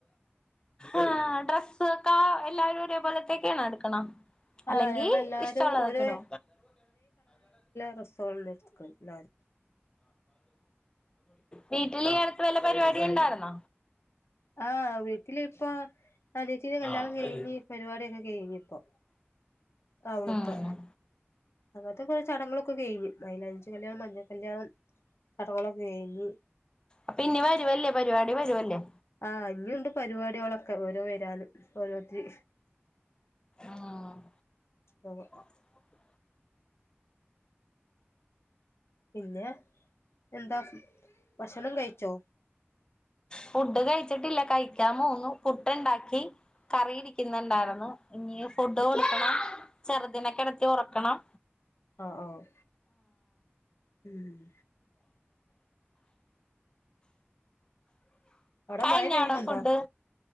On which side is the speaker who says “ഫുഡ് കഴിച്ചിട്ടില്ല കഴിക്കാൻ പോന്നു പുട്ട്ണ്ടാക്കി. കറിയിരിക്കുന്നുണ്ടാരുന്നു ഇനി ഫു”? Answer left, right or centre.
Left